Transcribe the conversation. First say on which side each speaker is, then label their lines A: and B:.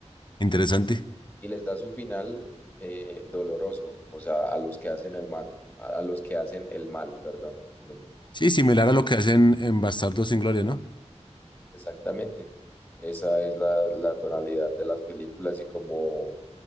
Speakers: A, on the left; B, on the left.
A: Interesante.
B: Y les da su final eh, doloroso, o sea, a los que hacen el mal, a, a los que hacen el mal, perdón. Me-
A: Sí, similar a lo que hacen en Bastardos sin Gloria, ¿no?
B: Exactamente. Esa es la, la tonalidad de las películas y como